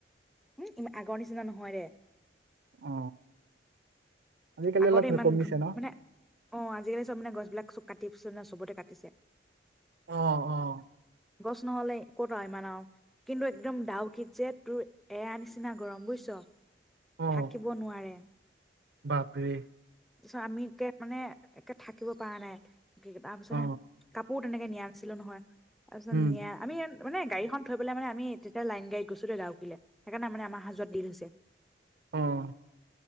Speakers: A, in the centre; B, on the right (about 65°).
A: উম। উম আগৰ নিচিনা নহয় দে!
B: অ আজিকালি
A: আগতে
B: অলপ
A: ইমান
B: কমিছে
A: ধুন
B: ন
A: মানে অ' আজিকালি চব মানে গছবিলাক চব কাটিছে নে চবতে কাটিছে।
B: অ' অ',
A: গছ নহলে, একেতো নহয় আৰু ইমান আৰু কিন্তু একদম ডাউকীত যে তোৰ এইয়া নিচিনা গৰম বুজিছ?
B: অ
A: থাকিব নোৱাৰে।
B: বাপৰে!
A: চ' আমি একে মানে একে থাকিব পৰা নাই কি তাৰপিছতে
B: অ
A: কাপোৰ তেনেকে মিয়া নাছিলো নহয়, তাৰপিছত
B: উম
A: নিয়া আমি ই মানে গড়ীখন থৈ পেলাই মানে আমি তেতিয়া লাইন গাই গৈছিলোঁ ডাউকীলে। সেইকাৰণে আ' মানে আমাৰ অহা- যোৱাত দেৰি হৈছে।
B: অ